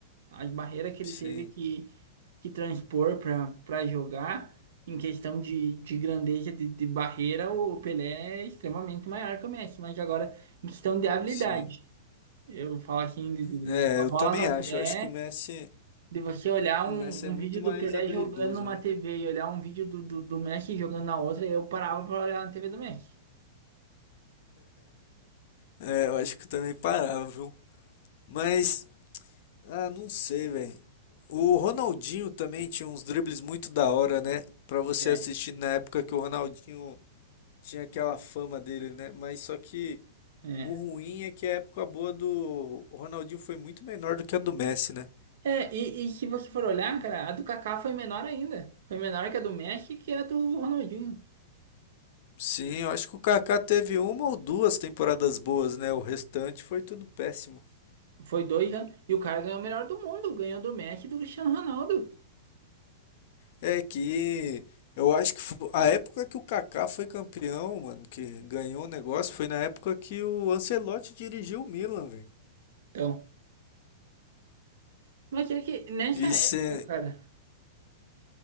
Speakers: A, on the right (about 70°); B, on the left (about 55°).
A: As barreiras que ele
B: Sim,
A: teve que, que transpor para para jogar, em questão de, de grandeza de, de barreira, o Pelé é extremamente maior que o Messi. Mas agora, em questão de habilidade.
B: sim.
A: Eu falo assim, de, de-
B: É,
A: de- com a
B: eu
A: bola
B: também
A: no
B: acho.
A: pé,
B: Eu acho que o Messi,
A: de você olhar
B: O
A: um,
B: Messi é
A: um
B: muito
A: vídeo
B: mais
A: do Pelé
B: habilidoso,
A: jogando numa
B: né?
A: TV e olhar um vídeo do, do, do Messi jogando na outra, eu parava pra olhar na TV do Messi.
B: é, eu acho que eu também parava, viu? Mas Ah, não sei, velho. O Ronaldinho também tinha uns dribles muito da hora, né? Pra você
A: É.
B: assistir na época que o Ronaldinho tinha aquela fama dele, né? Mas só que
A: É,
B: o ruim é que a época boa do Ronaldinho foi muito menor do que a do Messi, né?
A: é e, e se você for olhar, cara, a do Kaká foi menor ainda. Foi menor que a do Messi que a do Ronaldinho.
B: Sim, eu acho que o Kaká teve uma ou duas temporadas boas, né? O restante foi tudo péssimo.
A: Foi dois anos. E o cara ganhou o melhor do mundo, ganhou do Messi e do Cristiano Ronaldo.
B: É que eu acho que fo- a época que o Kaká foi campeão, mano, que ganhou o negócio, foi na época que o Ancelotti dirigiu o Milan, velho.
A: Então, mas é que nessa
B: E
A: época,
B: se,
A: cara,